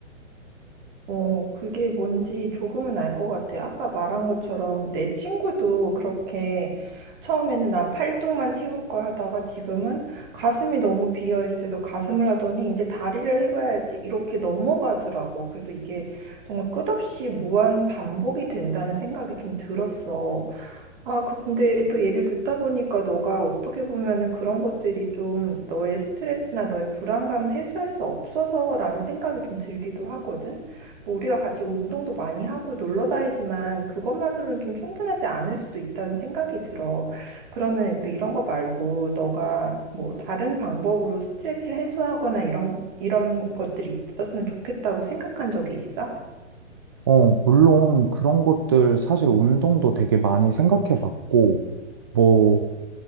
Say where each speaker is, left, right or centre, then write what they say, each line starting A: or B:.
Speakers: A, on the right (about 40°); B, on the right (about 20°).
A: 어, 그게 뭔지 조금은 알 것 같아. 아까 말한 것처럼 내 친구도 그렇게 처음에는 난 팔뚝만 채울 거야 하다가 지금은 가슴이 너무 비어 있어서 가슴을 하더니 이제 다리를 해봐야지 이렇게 넘어가더라고. 그래서 이게 정말 끝없이 무한 반복이 된다는 생각이 좀 들었어. 아, 근데 또 얘기를 듣다 보니까 너가 어떻게 보면은 그런 것들이 좀 너의 스트레스나 너의 불안감을 해소할 수 없어서라는 생각이 좀 들기도 하거든. 뭐 우리가 같이 운동도 많이 하고 놀러 다니지만 그것만으로는 좀 충분하지 않을 수도 있다는 생각이 들어. 그러면 우리 이런 거 말고 너가 뭐 다른 방법으로 스트레스를 해소하거나 이런, 이런 것들이 있었으면 좋겠다고 생각한 적이 있어?
B: 어, 물론 그런 것들 사실 운동도 되게 많이 생각해 봤고 뭐